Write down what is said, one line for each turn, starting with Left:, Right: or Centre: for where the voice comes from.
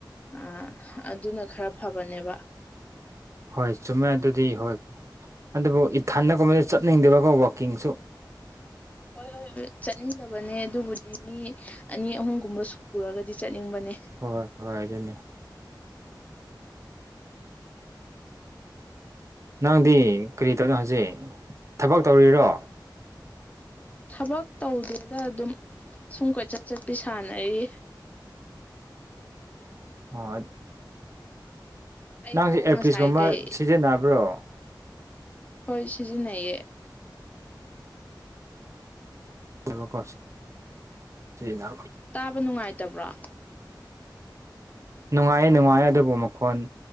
Left: ꯑ ꯑꯗꯨꯅ ꯈꯔ ꯐꯕꯅꯦꯕ
Right: ꯍꯣꯏ ꯆꯨꯝꯃꯦ ꯑꯗꯨꯗꯤ ꯍꯣꯏ ꯑꯗꯨꯕꯨ ꯏꯊꯟꯗꯒꯨꯝꯕꯗꯤ ꯆꯠꯅꯤꯡꯗꯦꯕꯀꯣ ꯋꯥꯛꯀꯤꯡꯁꯨ
Left: ꯍꯣꯏ ꯍꯣꯏ ꯆꯠꯅꯤꯡꯗꯕꯅꯦ ꯑꯗꯨꯕꯨꯗꯤ ꯃꯤ ꯑꯅꯤ ꯑꯍꯨꯝꯒꯨꯝꯕ ꯁꯨꯔꯒꯗꯤ ꯆꯠꯅꯤꯡꯕꯅꯦ
Right: ꯍꯣꯏ ꯍꯣꯏ ꯑꯗꯨꯅꯤ ꯅꯪꯗꯤ ꯀꯔꯤ ꯇꯧꯔꯤꯅꯣ ꯍꯧꯖꯤꯛ ꯊꯕꯛ ꯇꯧꯔꯤꯔꯣ
Left: ꯊꯕꯛ ꯇꯧꯗꯦꯗ ꯑꯗꯨꯝ ꯁꯨꯝ ꯀꯣꯏꯆꯠ ꯆꯠꯄꯤ ꯁꯥꯟꯅꯩ
Right: ꯑ
Left: ꯑꯩꯗꯣ
Right: ꯅꯪꯁꯦ ꯑꯦꯔꯄꯤꯁꯀꯨꯝꯕ
Left: ꯉꯁꯥꯏ ꯀꯩ
Right: ꯁꯤꯖꯤꯟꯅꯕ꯭ꯔꯣ
Left: ꯍꯣꯏ ꯁꯤꯖꯤ ꯅꯌꯦ
Right: ꯃ ꯀꯁꯤ ꯁꯤꯅ
Left: ꯇꯥꯕ ꯅꯨꯡꯉꯥꯏꯇꯕ꯭ꯔꯥ
Right: ꯅꯨꯡꯉꯥꯏꯌꯦ ꯅꯨꯡꯉꯥꯏꯌꯦ ꯑꯗꯨꯕꯨ ꯃꯈꯣꯟ